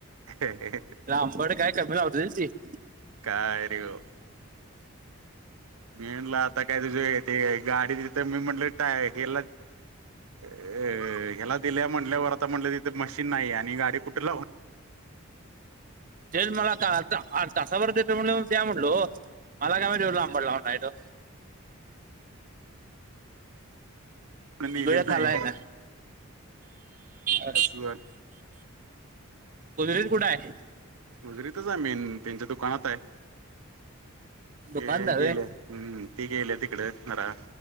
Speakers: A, on the right (about 80°); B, on the right (about 35°).
A: <unintelligible>
B: लांबड काय कमी लावती होती ती.
A: काय रे ओ मी म्हणलं आ ता काय तुझे ते गाडी तिथं मी म्हंटलं टाय गेलात अ ह्याला दिल्या म्हणल्यावर आता म्हटलं तिथे मशीन नाहीये आणि गाडी कुठे लावू
B: तेच मला कळालता आन तासावर देतो म्हणल्यावर द्या म्हणलो मला काय माहित एवढं लांबन लावणं आहे त्यो.
A: नेलेली
B: वेळ
A: नाही
B: खाल्लंय ना आ
A: असं
B: गुजरीेत कुठं आहे?
A: गुजरीतच आहे मेन त्यांच्या दुकानात आहे
B: दुकानदार
A: ये गेल्या.
B: व्हय
A: हम्म ती गेल्या तिकड जरा